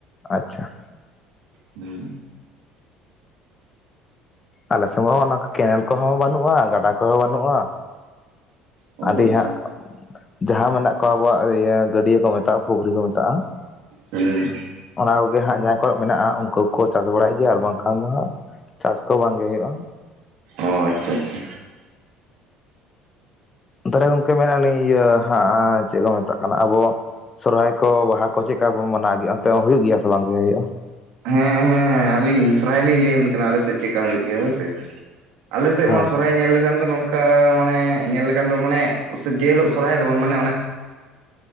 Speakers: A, on the left; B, on the right.
A: ᱟᱪᱪᱷᱟ᱾
B: ᱦᱩᱸ
A: ᱟᱞᱮ ᱥᱮᱫ ᱦᱚᱸ ᱚᱱᱟ ᱠᱮᱱᱮᱞ ᱠᱚᱦᱚᱸ ᱵᱟᱹᱱᱩᱜᱼᱟ ᱜᱟᱰᱟ ᱠᱚᱦᱚᱸ ᱵᱟᱹᱱᱩᱜᱼᱟ᱾
B: ᱚ
A: ᱟᱹᱰᱤ
B: ᱟᱪᱪᱷᱟ
A: ᱦᱟᱸᱜ ᱡᱟᱦᱟᱸ ᱢᱮᱱᱟᱜ ᱠᱚᱣᱟ ᱟᱵᱚᱣᱟᱜ ᱜᱟᱹᱰᱭᱟᱹ ᱠᱚ ᱢᱮᱛᱟᱜᱼᱟ ᱯᱩᱠᱷᱨᱤ ᱠᱚ ᱢᱮᱛᱟᱜᱼᱟ᱾
B: ᱦᱩᱸ,
A: ᱚᱱᱟ ᱠᱚᱜᱮ ᱦᱟᱸᱜ ᱡᱟᱦᱟᱸᱭ ᱠᱚᱨᱮ ᱢᱮᱱᱟᱜᱼᱟ ᱩᱱᱠᱩᱠᱚ ᱪᱟᱥ ᱵᱟᱲᱟᱭᱮᱫ ᱜᱮᱭᱟ ᱟᱨ ᱵᱟᱝᱠᱷᱟᱱ ᱫᱚ ᱦᱟᱸᱜ ᱪᱟᱥ ᱠᱚ ᱵᱟᱝᱜᱮ ᱦᱩᱭᱩᱜᱼᱟ᱾
B: ᱚᱸ ᱟᱪᱪᱷᱟ ᱟᱪᱪᱷᱟ᱾
A: ᱛᱟᱦᱚᱞᱮ ᱜᱚᱝᱠᱮ ᱢᱮᱱᱮ ᱟᱹᱞᱤᱧ ᱤᱭᱟᱹ ᱦᱟᱸ ᱪᱮᱫ ᱠᱚ ᱢᱮᱛᱟᱜ, ᱠᱟᱱᱟ ᱟᱵᱚ ᱥᱚᱨᱚᱦᱟᱭ ᱠᱚ ᱵᱟᱦᱟ ᱠᱚ ᱪᱮᱫ ᱠᱟ ᱵᱚᱱ ᱢᱟᱱᱟᱣ ᱜᱮᱭᱟ ᱚᱱᱛᱮ ᱦᱚᱸ ᱦᱩᱭᱩᱜ ᱜᱮᱭᱟ ᱥᱮ ᱵᱟᱝ ᱜᱮ ᱦᱩᱭᱩᱜᱼᱟ?
B: ᱦᱮᱸ ᱦᱮᱸ ᱦᱮᱸ ᱟᱹᱞᱤᱧ ᱥᱚᱨᱦᱟᱭᱞᱤᱧ ᱞᱟᱹᱭ ᱟᱵᱤᱱ ᱠᱟᱱᱟ ᱟᱞᱮ ᱥᱮᱫ ᱪᱮᱫᱠᱟ ᱦᱩᱭᱩᱜ ᱜᱮᱭᱟ ᱦᱳᱭᱥᱮ, ᱟᱞᱮ ᱥᱮᱫ
A: ᱦᱳᱭ
B: ᱢᱟ ᱥᱚᱨᱦᱟᱭ ᱧᱮᱞ ᱞᱮᱠᱷᱟᱱ ᱛᱚ ᱱᱚᱝ ᱱᱚᱝᱠᱟ ᱢᱟᱱᱮ ᱧᱮᱞ ᱞᱮᱠᱷᱟᱱ ᱫᱚ ᱢᱟᱱᱮ ᱡᱮ ᱦᱤᱞᱳᱜ ᱥᱚᱨᱦᱟᱭ ᱛᱟᱵᱚᱱ ᱢᱟᱱᱮ ᱚᱱᱟ